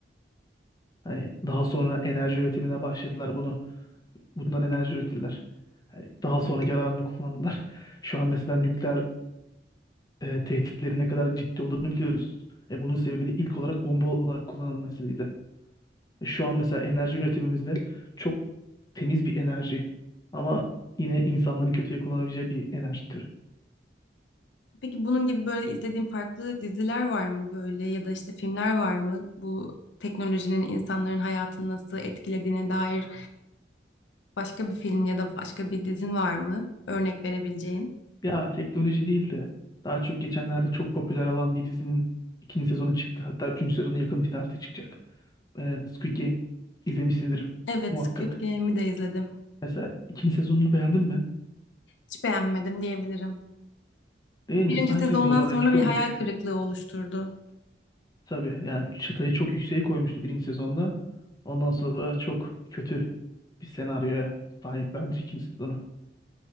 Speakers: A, on the left; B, on the left.
A: Hani daha sonra enerji üretimine başladılar bunu. Bundan enerji ürettiler. Hani daha sonra yararını kullandılar. Şu an mesela nükleer e, tehditlerin ne kadar ciddi olduğunu biliyoruz. E, bunun sebebi de ilk olarak bomba olarak kullanılmasıydı. E, şu an mesela enerji üretimimizde çok temiz bir enerji ama yine insanların kötüye kullanabileceği bir enerji türü.
B: Peki bunun gibi böyle izlediğin farklı diziler var mı böyle ya da işte filmler var mı? Bu teknolojinin insanların hayatını nasıl etkilediğine dair Başka bir film ya da başka bir dizin var mı? Örnek verebileceğin.
A: Ya teknoloji değil de daha çok geçenlerde çok popüler olan bir dizinin ikinci sezonu çıktı. Hatta üçüncü sezonu yakın bir tarihte çıkacak. Ee, Squid Game izlemişsindir
B: Evet,
A: muhakkak.
B: Squid Game'i de izledim.
A: Mesela ikinci sezonunu beğendin mi?
B: Hiç beğenmedim diyebilirim.
A: Değil mi?
B: Birinci
A: Sanki
B: sezondan
A: zoraki
B: sonra bir
A: olmuş.
B: hayal kırıklığı oluşturdu.
A: Tabii yani çıtayı çok yükseğe koymuştu birinci sezonda. Ondan sonra çok kötü bir senaryoya sahip bence ikinci sezonu.